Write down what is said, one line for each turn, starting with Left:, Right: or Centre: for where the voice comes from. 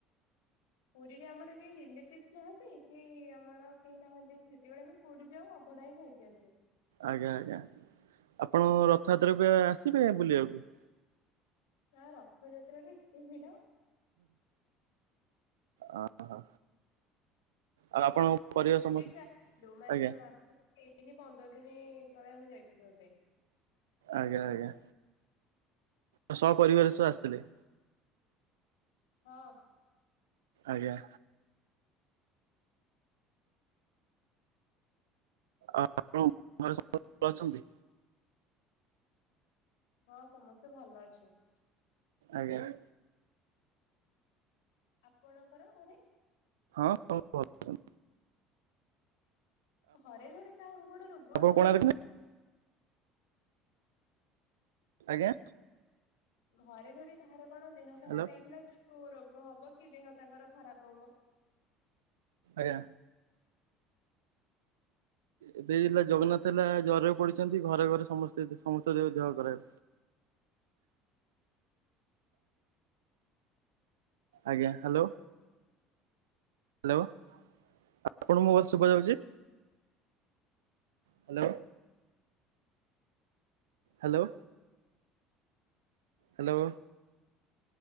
Left: ପୁରୀରେ ଆମର କେହି ରିଲେଟିଭସ ନାହାନ୍ତି କି ଆମର କେହି ନାହାନ୍ତି ସେତେବେଳେ ଆମେ ପୁରୀ ଯାଉ ଆଉ ଅଭଡା ବି ଖାଇକି ଆସୁ।
Right: ଆଜ୍ଞା ଆଜ୍ଞା ଆପଣ ରଥଯାତ୍ରାକୁ ଆସିବେ ବୁଲିବାକୁ?
Left: ନା ରଥଯାତ୍ରାରେ ଏତେ ଭିଡ।
Right: ଅ ହ ଆଉ ଆପଣଙ୍କ ପରିବାର
Left: ଆମେ ଏବେ
Right: ସମସ୍ତେ
Left: ଯାଇଥିଲୁ ମାନେ
Right: ଆଜ୍ଞା
Left: ମାସେ ହେଇନି ପନ୍ଦର ଦିନ ତଳେ ଆମେ ଯାଇଥିଲୁ ଏବେ
Right: ଆଜ୍ଞା ଆଜ୍ଞା। ତ ସହ ପରିବାର ସହ ଆସିଥିଲେ।
Left: ହଁ।
Right: ଆଜ୍ଞା। ଆ ଆପଣଙ୍କ ଘରେ ସବୁ ଭଲ ଅଛନ୍ତି?
Left: ହଁ ସମସ୍ତେ ଭଲ ଅଛନ୍ତି।
Right: ଆଜ୍ଞା।
Left: ଆପଣଙ୍କର ଘରେ?
Right: ହଁ ସବୁ ଭଲ ଅଛନ୍ତି।
Left: ଘରେ ଘରେ କାହାକୁ କଣ ରୋଗ
Right: ଆପଣ
Left: ହେଇଥିଲା
Right: କୋଣାର୍କ
Left: ଯ
Right: ଆଜ୍ଞା।
Left: ଘରେ ଘରେ କାହାର କଣ ଦେହ ଖରାପ
Right: ଆଜ୍ଞା।
Left: ହେଇଥିଲା ଯୋଉ ରୋଗ ହବ କି ଦେହ ତାଙ୍କର ଖରାପ ହବ
Right: ଆଜ୍ଞା। ଏବେ ହେଲା ଜଗନ୍ନାଥ ହେଲା ଜ୍ଵରରେ ପଡିଛନ୍ତି ଘରେ ଘରେ ସମସ୍ତେ ଏବେ ସମସ୍ତଙ୍କ ଦେହ ଖରାପ। ଆଜ୍ଞା ହ୍ୟାଲୋ। ଆପଣଙ୍କୁ ମୋ କଥା ଶୁଭାଯାଉଛି? Hello hello hello